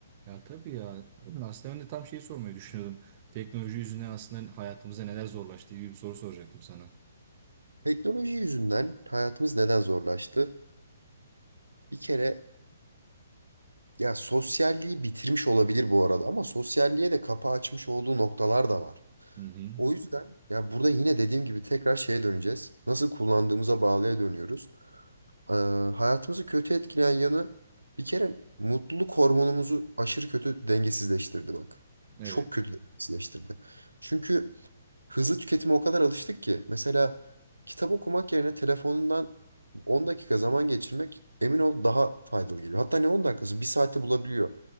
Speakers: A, on the right; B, on the right.
A: Ya tabii ya. Aslında ben de tam şeyi sormayı düşünüyordum. Teknoloji yüzünden aslında hayatımıza neler zorlaştı gibi bir soru soracaktım sana.
B: Teknoloji yüzünden hayatımız neden zorlaştı? Bir kere ya sosyalliği bitirmiş olabilir bu arada ama sosyalliğe de kapı açmış olduğu noktalar da var.
A: Hı hı.
B: O yüzden ya burada yine dediğim gibi tekrar şeye döneceğiz. Nasıl kullandığımıza bağlıya dönüyoruz. Ee, hayatımızı kötü etkileyen yanı bir kere mutluluk hormonumuzu aşırı kötü dengesizleştirdi bak.
A: Evet.
B: Çok kötü dengesizleştirdi. Çünkü hızlı tüketime o kadar alıştık ki. Mesela kitap okumak yerine telefonundan 10 dakika zaman geçirmek emin ol daha faydalı geliyor. Hatta ne 10 dakikası bir saate bulabiliyor.